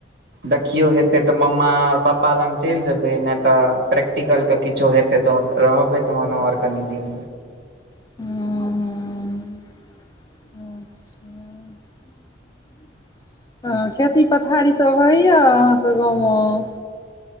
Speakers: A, on the right; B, on the left.
A: देखियौ हेतै तऽ मम्मार पप्पा लग चैल जेबै नहि तऽ प्रैक्टिकलके किछो हेतै तऽ रहबै तहन और कनि दिन
B: ह अच्छा <unintelligible> हँ खेती पथारी सब होइए अहाँ सब गाँवमे